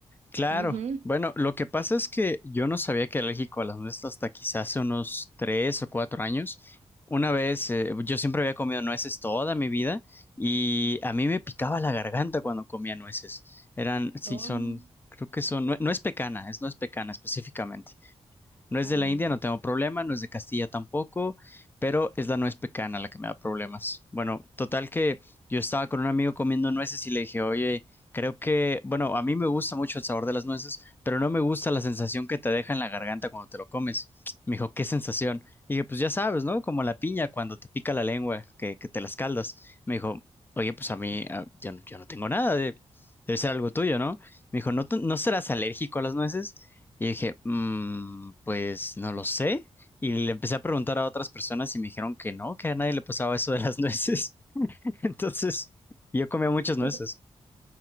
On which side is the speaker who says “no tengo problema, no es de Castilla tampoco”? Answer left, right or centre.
Left